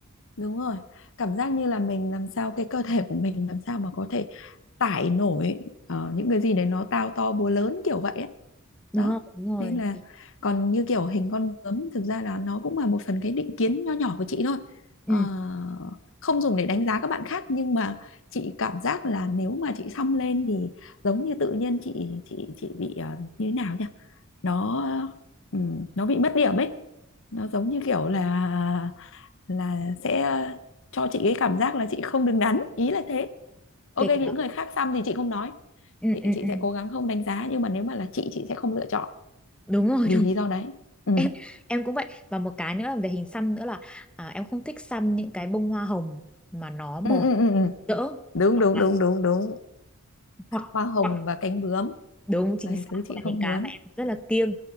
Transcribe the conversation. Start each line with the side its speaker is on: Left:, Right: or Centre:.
Left: đúng rồi. Cảm giác như là mình làm sao cái cơ thể của mình làm sao mà có thể tải nổi ờ, những cái gì đấy nó tao to búa lớn kiểu vậy ấy.
Centre: đúng
Left: Đó.
Centre: không đúng
Left: Nên
Centre: rồi
Left: là còn như kiểu hình con bướm thực ra là nó cũng là một phần cái định kiến nho nhỏ của chị thôi. Ờ,
Centre: ừ
Left: không dùng để đánh giá các bạn khác nhưng mà chị cảm giác là nếu mà chị xăm lên thì giống như tự nhiên chị chị chị bị ờ, như thế nào nhỉ? Nó ừ, nó bị mất điểm ấy. Nó giống như kiểu là là sẽ ờ, cho chị cái cảm giác là chị không đứng đắn, ý là thế ok
Centre: kể
Left: những
Centre: cả
Left: người khác xăm thì chị không nói
Centre: ừ
Left: chị
Centre: ừ
Left: chị
Centre: ừ
Left: sẽ cố gắng không đánh giá nhưng mà nếu mà là chị chị sẽ không lựa chọn
Centre: đúng rồi
Left: vì
Centre: đúng
Left: lý
Centre: <laughs>
Left: do đấy ừ
Centre: em em cũng vậy và một cái nữa là về hình xăm nữa là à, em không thích xăm những cái bông hoa hồng mà nó màu
Left: ừ ừ
Centre: hồng
Left: ừ, ừ.
Centre: rỡ
Left: đúng
Centre: hoặc
Left: đúng
Centre: là-
Left: đúng đúng đúng
Centre: hoặc
Left: hoa hồng
Centre: hoặc
Left: và cánh bướm
Centre: đúng chính
Left: là
Centre: xác
Left: thứ chị
Centre: là
Left: không
Centre: những cái
Left: muốn
Centre: mà em rất là kiêng